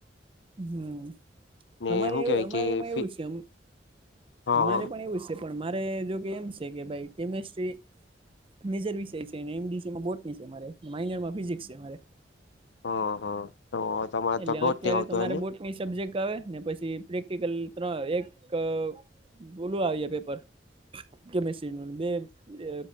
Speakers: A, on the right (about 30°); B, on the left (about 70°).
A: હમ,
B: ને
A: અમારે
B: હું
A: એવું
B: કેવાય
A: અમારેમાં
B: કે ફી
A: એવું છે
B: હા
A: અમારે
B: હા
A: પણ એવું છે. પણ મારે જોકે એમ છે કે ભાઈ કેમેસ્ટ્રી મેજર વિષય છે ને એમડીસીમાં બોટની છે મારે માઇનરમાં ફિઝિક્સ છે મારે.
B: હ હ, તો તમારે
A: એટલે
B: તો બોટ
A: અત્યારે
B: ની આવતું
A: તમારે
B: હે ને?
A: બોટની સબ્જેક્ટ આવે ને પછી પ્રેક્ટિકલ ત્ર એક અ બોલું આવીએ પેપર કેમિસ્ટ્રીનુ ને બે